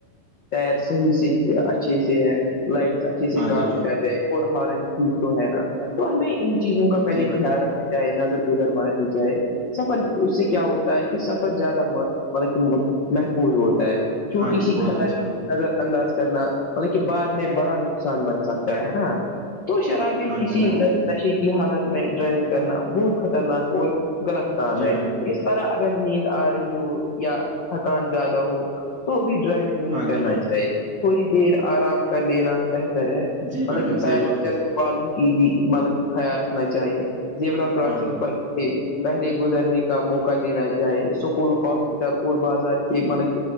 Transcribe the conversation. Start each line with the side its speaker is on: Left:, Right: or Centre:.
Left: ٹائر صحیح سے اچھے سے ہے لائٹس اچھے سے
Right: ہاں
Left: کام
Right: جی بھائی
Left: کر رہے اور ہارن چیز تو ہے نا تو ہمیں ان چیزوں کا پہلے
Right: جی بھائی
Left: خیال
Right: جان
Left: رکھنا ہے نظر گزر مارج ہے سفر اس سے کیا ہوتا ہے کہ سفر زیادہ مطلب کہ محفوظ ہوتا ہے چھوٹی
Right: ہاں جی بہت
Left: س ک
Right: اچھی
Left: کی
Right: بات ہے
Left: اگر انداز کرنا مطلب کہ بعد میں بڑا نقصان بن سکتا ہے نا تو شراب
Right: ہاں
Left: کسی
Right: جی بھائی
Left: نشے کی حالت میں ڈرائیونگ کرنا بہت خطرناک اور غلط کام
Right: جی
Left: ہے
Right: بھائی
Left: اگر نیند آ رہی ہو یا تھکان زیادہ ہو تو بھی ڈرائی نہیں
Right: ہاں
Left: کرنا
Right: جی بھائی
Left: چاہیے تھوڑی دیر آرام کر لینا بہتر ہے حطالک
Right: جی بھائی جان صحیح
Left: پیدل
Right: بولا
Left: چلتے والوں کی بھی مطلب کی خیال رکھنا چاہیے زیا کراسنگ
Right: ہاں جی بھائی
Left: پر دہلے گزرنے کا موقع دینا چاہے اسکول ہاسپٹل اور بازار کے ملک